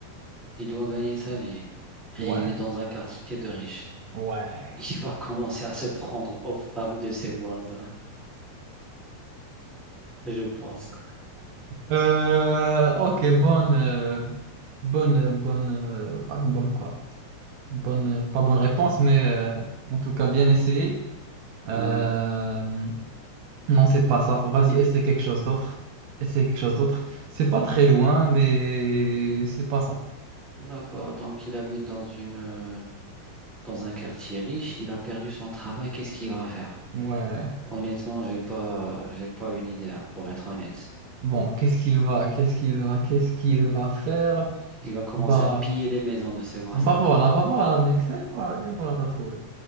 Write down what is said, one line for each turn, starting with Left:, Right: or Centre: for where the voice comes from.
Centre: Il doit gagner sa vie.
Right: Ouais,
Centre: Et il est dans un quartier de riches.
Right: ouais.
Centre: <laughs> Il va commencer à se prendre aux femmes de ses voisins, <laughs> je pense.
Right: Euh, ok, bonne, euh, bonne, euh, bonne, euh, bah, bonne quoi? Bonne, euh, pas bonne réponse, mais euh, en tout cas, bien essayé. Euh,
Centre: Ouais,
Right: Non, c'est pas ça. Vas-y, essaie quelque chose d'autre. Essaie quelque chose d'autre. C'est pas très loin, mais c'est pas ça.
Centre: d'accord. Donc, il habite dans une, euh, dans un quartier riche. Il a perdu son travail. Qu'est-ce qu'il va faire?
Right: Ouais.
Centre: Honnêtement, j'ai pas, j'ai pas une idée, hein, pour être honnête.
Right: Bon, qu'est-ce qu'il va, qu'est-ce qu'il va, qu'est-ce qu'il va faire?
Centre: Il va commencer
Right: Bah,
Centre: à piller les maisons de ses voisins.
Right: bah voilà, bah voilà, mec. c'est- Voilà, et voilà, t'as trouvé.